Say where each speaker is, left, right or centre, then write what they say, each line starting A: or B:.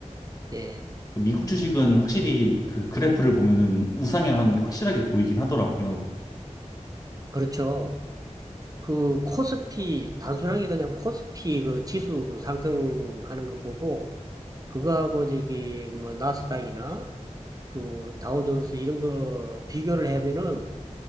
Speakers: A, on the right (about 30°); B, on the left (about 30°).
A: 예.
B: 그 미국 주식은 확실히 그 그래프를 보면은 우상향하는 게 확실하게 보이긴 하더라고요.
A: 그렇죠. 그 코스피 단순하게 그냥 코스피 그 지수 상승하는 거 보고 그거하고 저기 뭐 나스닥이나 그 다우존스 이런 거 비교를 하면은